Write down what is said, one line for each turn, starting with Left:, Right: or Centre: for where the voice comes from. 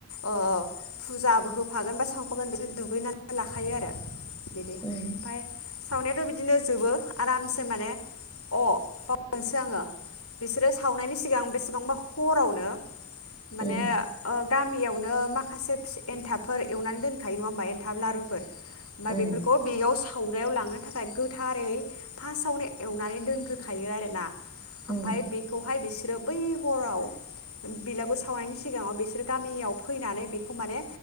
Left: ओ फुजाबो होफागोन बा सावफागोन बिसोर दुगैनानै लाखायो आरो बिदि
Centre: उम
Left: ओमफाय सावनायाथ बिदिनो जोबो आरामसे माने अ बावदोंसो आङो बिसोरो सावनायनि सिगां बेसेबांबा हरावनो माने
Centre: उम
Left: ओ गामियावनो माखासे एनथाबफोर एवनानै दोनखायो नङा होमबा एनथाब लारुफोर मा
Centre: उम
Left: बेफोरखौ बेयाव सा सावग्रायाव लांनो थाखाय गोथारै फास्टआवनो एवनानै दोनग्रोखायो आरोना ओमफाय
Centre: उम
Left: बेखौहाय बिस बिसोरो बै हराव बिलागुर सावनायनि सिगाङाव बिसोरो गामियाव फैनानै बेखौ माने